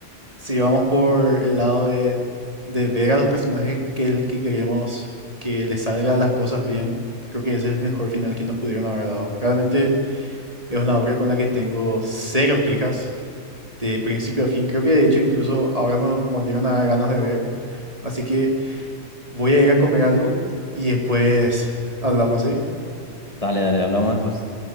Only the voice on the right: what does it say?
si vamos por el lado de, de ver a los personajes que, el que queremos que les salga las cosas bien, creo que ese es el mejor final que nos pudieron haber dado. Realmente. Es una obra con la que tengo cero quejas, de principio a fin. Creo que de hecho incluso ahora me volvieron a dar ganas de ver. Así que voy a ir a comer algo y después hablamos, ¿sí?